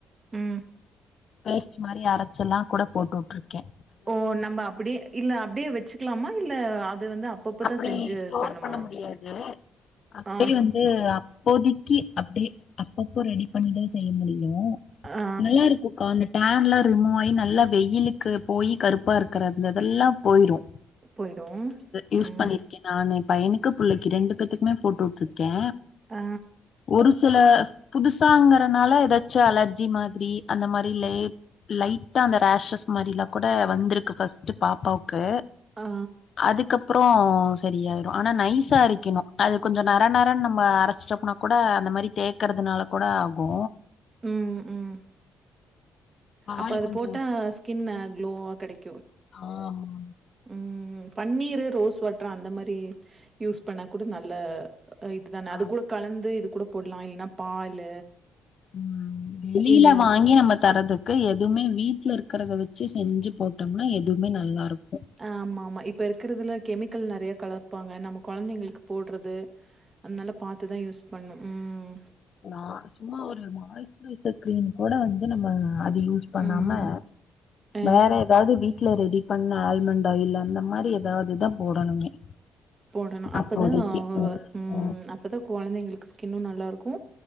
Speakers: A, on the right; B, on the left.
A: ம்
B: பேஸ்ட்டு மாரி அரச்சு எல்லா கூட போட்டு வுட்டுருக்கே
A: ஓ நம்ப அப்புடே இல்ல அப்டே வச்சுக்கலாமா இல்ல அது வந்து அப்பப்பதா
B: அப்டி
A: செஞ்சு
B: ஸ்டோர்
A: பண்ணுமா
B: பண்ண முடியாது அ <unintelligible>
A: ஆ
B: வந்து அது அப்போதிக்கு அப்டே அப்பப்போ ரெடி பண்ணிதா செய்ய முடியு
A: ஆ
B: நல்லா இருக்குக்கா அந்த டான்லா ரிமூவ் ஆயி நல்லா வெயிலுக்கு போய் கருப்பா இருக்குற அந்த இதெல்லா போயிரு
A: போயிடு
B: யூஸ்
A: ம்
B: பண்ணியிருக்கே நானு எ பையனுக்கு புள்ளைக்கு இரண்டு பேத்துக்குமே போட்டுவுட்டிருக்கே
A: அ
B: ஒரு சில புதுசாங்கறனால எதாச்சு அலர்ஜி மாதிரி அந்த மாரிலே லைட்டா அந்த ரேஷஸ் மாரிலா கூட வந்திருக்கு ஃபஸ் ட்டு பாப்பாவுக்கு
A: அ
B: அதுக்கப் புறோ சரியாயிரு ஆனா நைஸா அரைக்கணு அது கொஞ்சோ நர நரன்னு நம்ம அரைச்சுட்டோம்னா கூட அந்த மாரி தேக்கறதுனால கூட ஆகூ
A: ம் ம்
B: பால்
A: அப்போ அது
B: கொஞ்சம்
A: போட்டா ஸ்கின்ன க்ளோவா கெடைக்
B: ஆமா
A: ம் பன்னீரு ரோஸ் வாட்ரு அந்த மாரி யூஸ் பண்ணா கூட நல்ல இதுதான அது
B: ஆமா.
A: கூட கலந்து இது கூட போட்லா இல்லன்னா பாலு
B: ம் வெளியில
A: இந்த
B: வாங்கி நம்ம தரதுக்கு எதுவுமே வீட்ல இருக்குறத வெச்சு செஞ்சு போட்டோம்னா எதுமே நல்லாருக்
A: ஆ ஆமா ஆமா இப்ப இருக்கறதுல கெமிக்கல் நறைய கலப்பாங்க நம்ம கொழந்தைங்களுக்கு போட்றது அத்னால பாத்துதா யூஸ் பண்ணும் ம்
B: நா சும்மா ஒரு மாய்ஸ்ட்ரைஸர் க்ரீம் கூட வந்து நம்ம அது யூஸ் பண்ணாம
A: ம் ஆ
B: வேற எதாவ்து வீட் வீட்ல ரெடி பண்ண ஆல்மண்ட் ஆயில் அந்த மாரி எதாவ்து தா போடணுமே
A: போடணு அப்பதா
B: அப்போதைக்கு.
A: ம் அப்
B: ம்.
A: அப்பதா கொழந்தைங்களுக்கு ஸ்கின்னு நல்லா இருக்கூ